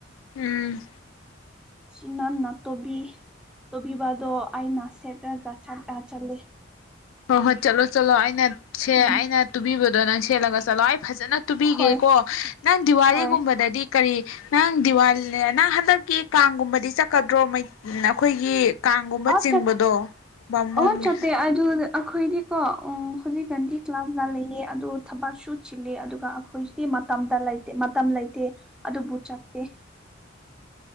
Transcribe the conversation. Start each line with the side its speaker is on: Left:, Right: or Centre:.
Left: ꯎꯝ
Centre: ꯁꯤꯅꯥ ꯅ ꯇꯣꯕꯤ ꯇꯣ ꯕꯗ ꯑꯩꯥꯏ ꯅꯁꯤꯦ ꯇ ꯆꯥ ꯆꯔꯦ
Left: ꯍꯣꯏ ꯍꯣꯏ ꯆꯠꯂꯣ ꯆꯠꯂꯣ ꯑꯩꯅ ꯁꯦ
Centre: ꯎꯝ
Left: ꯑꯩꯅ ꯇꯨꯕꯤꯕꯗꯣ ꯅꯪ ꯁꯦꯠꯂꯒ ꯆꯠꯂꯣ ꯑꯩ ꯐꯖꯅ ꯇꯨꯕꯤꯒꯦ
Centre: ꯍꯣꯏ
Left: ꯀꯣ ꯅꯪ ꯗꯤꯋꯥꯂꯤꯒꯨꯝꯕꯗꯗꯤ
Centre: ꯍꯣꯏ
Left: ꯀꯔꯤ ꯅꯪ ꯗꯤꯋꯥꯂꯤꯅꯦ ꯅꯪ ꯍꯟꯗꯛꯀꯤ ꯀꯥꯡꯒꯨꯝꯕꯗꯤ ꯆꯠꯀꯗ꯭ꯔꯣ ꯑꯩꯈꯣꯏꯒꯤ ꯀꯥꯡꯒꯨꯝꯕ
Centre: ꯑ
Left: ꯆꯤꯡꯕꯗꯣ
Centre: ꯆꯠ
Left: ꯕꯥꯃꯣꯟꯒꯤ
Centre: ꯑꯣ ꯆꯠꯇꯦ ꯑꯗꯨ ꯑꯩꯈꯣꯏꯗꯤꯀꯣ ꯑꯣ ꯍꯧꯖꯤꯛꯀꯥꯟꯗꯤ ꯀ꯭ꯂꯥꯁ ꯌꯥꯥꯠꯂꯛꯑꯦ ꯑꯗꯨ ꯊꯕꯛꯁꯨꯨ ꯆꯤꯜꯂꯤ ꯑꯗꯨꯒ ꯑꯩꯈꯣꯏꯁꯤꯗꯤ ꯃꯇꯝꯗ ꯂꯩꯇ ꯃꯇꯝ ꯂꯩꯇꯦ ꯑꯗꯨꯕꯨ ꯆꯠꯇꯦ